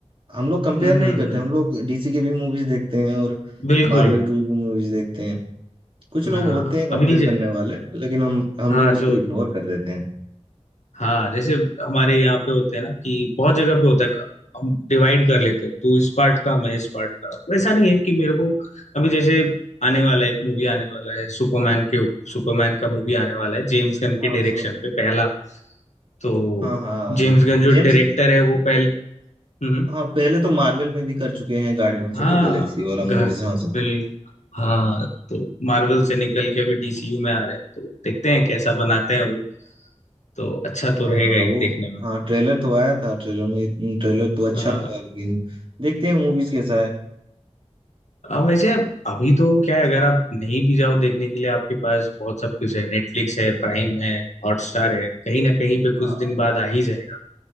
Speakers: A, on the right (about 50°); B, on the left (about 80°).
A: हम लोग कंपेयर
B: हम्म
A: नहीं
B: हम्म
A: करते
B: हम्म
A: हम लोग डीसी के भी मूवीज देखते हैं और
B: बिल्कुल
A: मार्वल की भी मूवीज देखते हैं कुछ लोग
B: हाँ
A: होते हैं कंपेयर
B: अभी ज-
A: करने वाले लेकिन हम हम
B: हाँ
A: लोग उसको
B: जो
A: इग्नोर कर देते हैं
B: हाँ जैसे हमारे यहाँ पे होते हैं ना कि बहुत जगह पे होता है हम डिवाइड कर लेते हैं तू इस पार्ट का मैं इस पार्ट का वैसा नहीं है कि मेरे को अभी जैसे आने वाला है एक मूवी आने वाला है सुपरमैन के सुपरमैन का मूवी आने वाला है जेम्स गन के
A: हाँ
B: डायरेक्शन
A: सो
B: पे पहला तो
A: हाँ हाँ
B: जेम्स गन जो
A: जेम्स
B: डायरेक्टर है वो पहले हम्म
A: हाँ पहले तो मार्वल में भी कर चुके हैं गार्डियंस
B: हाँ
A: ऑफ द गैलेक्सी वाला मूवीज
B: ग-
A: हाँ सो
B: बिल हाँ तो मार्वल से निकल के अभी डीसीयू में आ रहे हैं तो देखते हैं कैसा बनाते हैं वो तो अच्छा
A: हाँ
B: तो रहेगा ही
A: वो
B: देखने में
A: हाँ ट्रेलर तो आया था ट्रेलर में ट्रेलर तो अच्छा
B: हाँ
A: लगा लेकिन देखते हैं मूवीज कैसा
B: अब वैसे अब अभी तो क्या है अगर आप नहीं भी जाओ देखने के लिए आपके पास बहुत सब कुछ है नेटफ्लिक्स है प्राइम है हॉटस्टार है कहीं ना कहीं पे
A: है
B: कुछ दिन बाद आ ही जाएगा